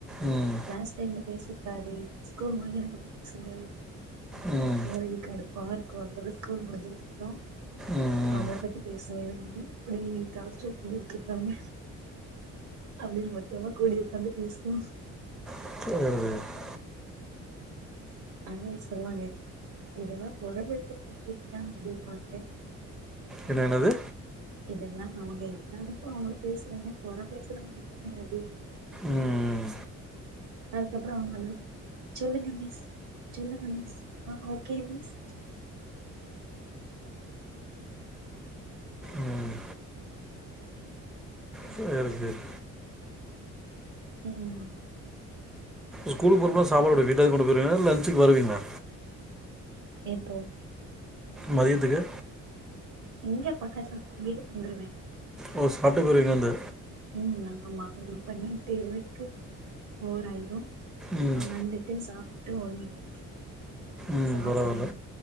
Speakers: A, in the centre; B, on the right.
A: ம்
B: க்ளாஸ் டைம்ல பேச கூடாது ஸ்கூல் முடிஞ்சதுக்கப்றொ பேசுங்க
A: உம்
B: எங்களுக்கு கடுப்பா இருக்கு அதுக்கப்ற ஸ்கூல் முடிஞ்சதுக்கப்றொ
A: ம்
B: அவுங்கள
A: ம்
B: பத்தி பேசுவோ வெளிய இப்புடி டார்ச்சர் பண்ணிட்ருக்காங்க அப்டின் மொத்தமா கூடி ஒக்காந்து பேசுவோ
A: <unintelligible>
B: அதா சொல்வாங்க இதெல்லா பொறம் பேசுற <unintelligible> அப்டிம்பாங்க
A: என்ன என்னது
B: இதெல்லா அவுங்க இல்லாதப்போ அவுங்கள பேசுறனெ பொறம் பேசுற மாரிதானே அப்டினு
A: ம்
B: அதுக்கப்றொ அவுங்க வந்து சொல்லுங்க மிஸ் சொல்லுங்க மிஸ் ஆ ஓகே மிஸ்
A: ம் சேரி சேரி
B: உம்
A: ஸ்கூலுக்கு போறப்பல்லா சாப்பாடு வீட்லெந்து கொண்டு போய்ருவீங்ளா லஞ்ச்சுக்கு வருவீங்ளா
B: எப்போ
A: மதியத்துக்கு
B: இங்க பக்கத்துல தானே வீடு வந்துருவே
A: ஓ சாப்டே போய்டுவீங்க இங்கந்து
B: உம் ஆமா ஒரு பன்னெண்டு இருவதுக்கு ஓர் ஆயிரும்
A: ம்
B: அவுங்க வந்துட்டே சாப்டனு டு ஒன்னு இருவதுக்கு <inaudible>
A: ம்
B: சாப்டுவே
A: பரவால்ல